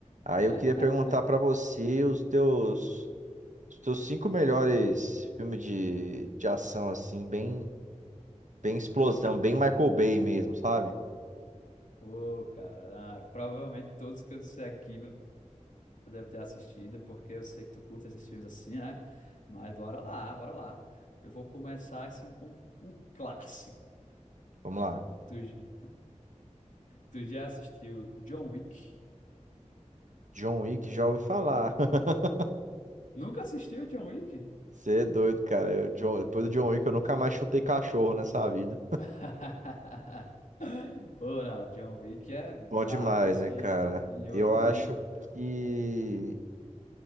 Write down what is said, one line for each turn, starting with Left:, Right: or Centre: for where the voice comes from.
Right: Aí eu
Left: <laughs>
Right: queria perguntar pra você os teus, os teus cinco melhores filmes de, de ação, assim, bem, bem explosão, bem Michael Bay mesmo, sabe?
Left: Ô, cara, ah, provavelmente todos que eu disser aqui você deve ter assistido, porque eu sei que tu curte esses filmes assim, né? Mas bora lá, bora lá. Eu vou começar assim com um clássico.
Right: Vamos lá.
Left: Tu, j- tu já assistiu John Wick?
Right: John Wick, já ouvi falar. <laughs>
Left: Nunca assistiu John Wick?
Right: Você é doido, cara. Eu, John- depois do John Wick, eu nunca mais chutei cachorro nessa vida.
Left: <laughs> Pô, não, John Wick é brabo
Right: Bom demais,
Left: assim
Right: né, cara?
Left: em
Right: Eu
Left: outro
Right: acho
Left: nível,
Right: que.